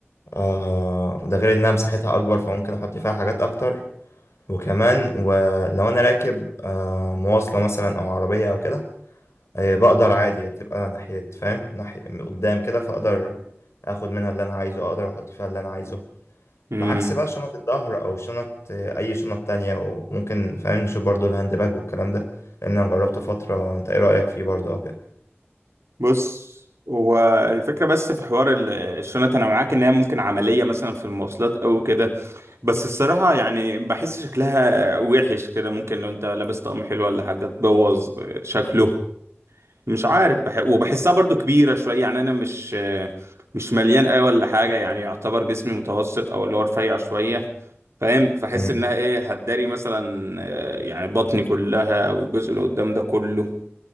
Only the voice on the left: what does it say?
آه ده غير انها مساحتها اكبر فممكن احط فيها حاجات اكتر وكمان ولو انا راكب آه مواصله مثلا او عربيه او كده آه بقدر عادي بتبقى ناحيه فاهم ناحيه قدام كده فاقدر اخد منها اللي انا عايزه اقدر احط فيها اللي انا عايزه
بعكس بقى شنط الظهر او شنط اي شنط تانية وممكن فاهم نشوف برضو الهاند باج والكلام ده لان انا جربته فترة انت ايه رأيك فيه برضو او كده
امم